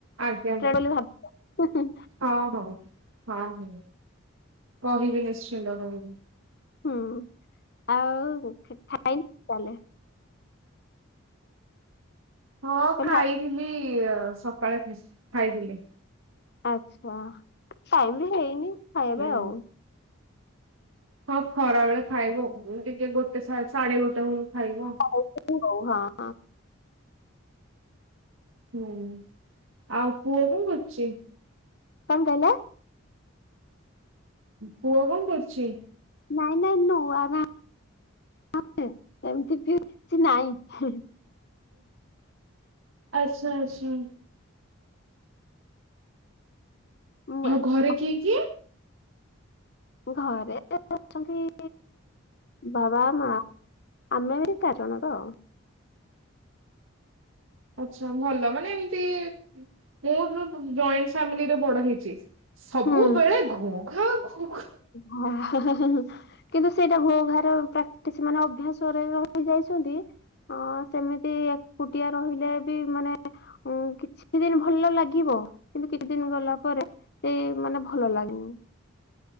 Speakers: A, on the right (about 75°); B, on the left (about 50°).
A: ଆଜ୍ଞା।
B: କେଣେବୋଲି ଭାବୁଚ।
A: ହଁ ହୋଉ। ହଁ ହୁଁ କହିବି ନିଶ୍ଚିନ୍ତ କହିବି।
B: ହୁଁ ଆଉ ଖାଇନି ତାହାଲେ।
A: ହଁ
B: କହିଲି
A: ଖାଇଥିଲି ସକାଳେ ଖାଇଥିଲେ।
B: ଆଚ୍ଛା ଟାଇମ୍ ବି ହେଇନି ଖାଇବା
A: ହୁଁ।
B: ପାଇଁ ଆଉ।
A: ହଁ ଖରା ବେଳେ ଖାଇବୁ ଟିକେ ଗୋଟେ ସାଢେ ଗୋଟେ ଵୋଳୁକୁ ଖାଇବୁ।
B: ହଉ ହଁ।
A: ହୁଁ ଆଉ ପୁଅ କଣ କରୁଚି?
B: କଣ କହିଲ?
A: ପୁଅ କଣ କରୁଚି?
B: ନାଇଁ ନାଇଁ ନୂଆ ଘାଆ ସେମିତି କିଛି ନାଇଁ।
A: ଆଚ୍ଛା ଆଚ୍ଛା।
B: ମୁଁ-
A: ଆଉ ଘରେ କିଏ କିଏ?
B: ଘରେ ଅଛନ୍ତି। ବାବା ମା ଆମେ ଏଠି ଚାରି ଜଣ ତ।
A: ଆଛା ଭଲ ମାନେ ଏମତି ମୋର ଜଏଣ୍ଟ ଫାମିଲିରେ ବଡ ହେଇଚି। ସବୁବେଳେ
B: ହୁଁ।
A: ଘୁ ଘା ଘୁ ଘା।
B: ହଁ ହା ହା ହା ହୁ। କିନ୍ତୁ ସେଇଟା ଘୋ ଘାରେ ପ୍ରାକ୍ଟିସି ମାନେ ଅଭ୍ୟାସରେ ରହି ଯାଇଛନ୍ତି। ହଁ ସେମିତି ଏକୁଟିଆ ରହିଲେ ବି ମାନେ ଉ କିଛି ଦିନି ଭଲ ଲାଗିବ କିନ୍ତୁ କିଛି ଦିନି ଗଲା ପରେ ସେଇ ମାନେ ଭଲ ଲାଗେନି।